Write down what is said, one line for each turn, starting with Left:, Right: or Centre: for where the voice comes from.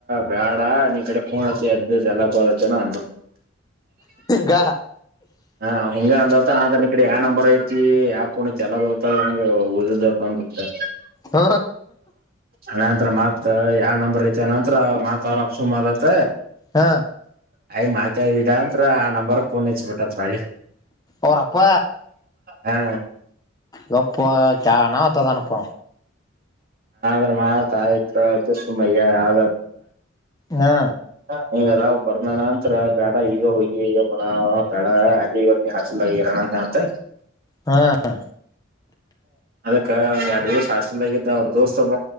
Right: ಬ್ಯಾಡ ನಿನ ಕಡೆ ಫೋನ್ ಹಚ್ಚಿದ್ದ ಎಲ್ಲಾೋದತ್ತನ
Left: ಗ
Right: ಹ ಹಿಂಗ ಅಂದ ಅನ ಈ ಕಡೆ ಯಾವ ನಂಬರ್ ಐತಿ ಆ ಫೋ ಚೆಲ ಬದತ್ತನ ಓದದ ಅಂತತ್ತ
Left: ಹ
Right: ಅಣಂದ್ರ ಮತ್ ಯಾವ ನಂಬರ್ ಐತಿ ಅನಂತತ್ರ ಮತ್ ತರಪ್ಸು ಮಾಡದತ
Left: ಹ
Right: ಆಐ ಮಾತಡಾಮ ಮ ನಂಬರಫೋನ್ ಯಚ ಬಿಟ್ಟ ಹಾಗಳಿ
Left: ಅವ್ರಪ್ಪ
Right: ಹಾ
Left: ಯಪ್ಪ ಚ ನಾ ಒತ್ತ ತನಪ್ಪ
Right: ಹ್ರೆ ಮಾತ್ ಆಯ್ತ ಸುಮ್ಮಯ ಆ
Left: ಹಾ
Right: ಹಂಗ ಅದಾವ ಬರ್ನಣಂತರ ಬೇಡ ಈಗ ಹೋಗಿ ಅಮ್ಮಣ ಬೇಡ ಅಲ್ಲಿಿ ಹಾಸಲ್ ಆಗರೋಣ್ಣ ನತ
Left: ಹಾ ಹ
Right: ಅದಕ್ಕ ಒಂದ ಎರಡ್ ದಿವಸ ಹಾಸ್ಟೆಲ್ದಾಗ ಇದಿದ್ದ ಅವ್ರ ದೋಸ್ೊಬ